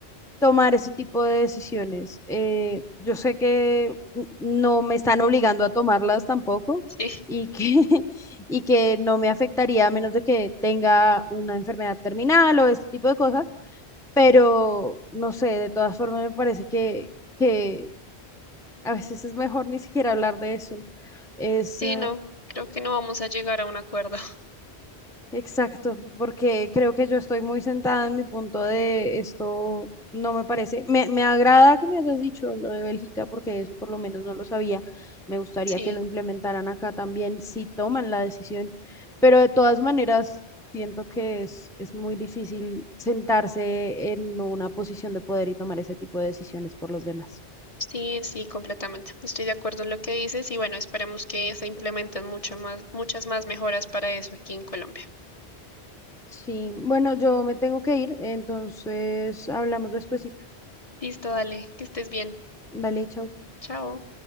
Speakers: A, in the centre; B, on the left (about 30°).
A: tomar ese tipo de decisiones. Eh, yo sé que n- no me están obligando a tomarlas tampoco
B: Sí,
A: y que, <laughs> y que no me afectaría a menos de que tenga una enfermedad terminal o este tipo de cosas, pero no sé, de todas formas me parece que, que a veces es mejor ni siquiera hablar de eso. Es,
B: sí,
A: eh,
B: no, creo que no vamos a llegar a un acuerdo. <laughs>
A: Exacto, porque creo que yo estoy muy sentada en mi punto de esto no me parece. Me, me agrada que me hayas dicho lo de Bélgica, porque eso por lo menos no lo sabía. Me gustaría
B: Sí.
A: que lo implementaran acá también, si toman la decisión. Pero de todas maneras, siento que es, es muy difícil sentarse en una posición de poder y tomar ese tipo de decisiones por los demás.
B: Sí, sí, completamente. Estoy de acuerdo en lo que dices y bueno, esperemos que se implementen mucho más, muchas más mejoras para eso aquí en Colombia.
A: Sí, bueno, yo me tengo que ir, entonces hablamos despuesito.
B: Listo, dale, que estés bien.
A: Vale, chao.
B: Chao.